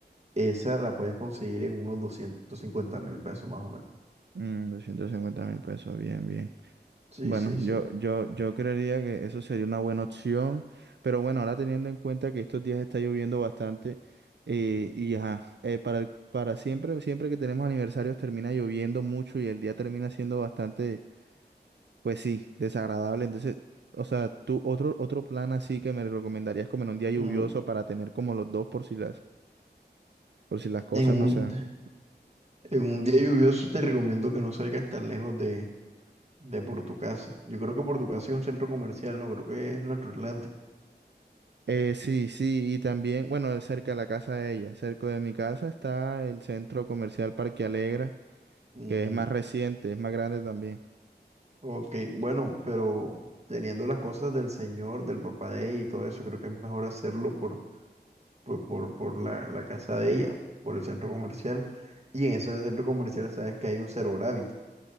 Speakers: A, on the right; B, on the right.
A: Esa la puedes conseguir en unos doscientos cincuenta mil pesos, más o menos.
B: Mm, 250 mil pesos, bien, bien.
A: Sí,
B: Bueno,
A: sí,
B: yo,
A: sí.
B: yo, yo creería que eso sería una buena opción, pero bueno, ahora teniendo en cuenta que estos días está lloviendo bastante eh, y ajá, eh, para, el- para siempre, siempre que tenemos aniversarios termina lloviendo mucho y el día termina siendo bastante, pues sí, desagradable. Entonces, o sea, tú otro, otro plan así que me recomendarías como en un día lluvioso
A: Mm,
B: para tener como los dos por si las, por si las cosas
A: En un,
B: no se dan.
A: en un día lluvioso te recomiendo que no salgas tan lejos De por tu casa. Yo creo que por tu casa es un centro comercial, no creo que es nuestro Atlántico.
B: Eh, sí, sí, y también, bueno, cerca de la casa de ella, cerca de mi casa está el centro comercial Parque Alegra.
A: Mm,
B: que es más reciente, es más grande también.
A: ok, bueno, pero teniendo las cosas del señor, del papá de ella y todo eso, creo que es mejor hacerlo por, por, por, por la, la casa de ella, por el centro comercial. Y en ese centro comercial sabes que hay un Zero Gravity.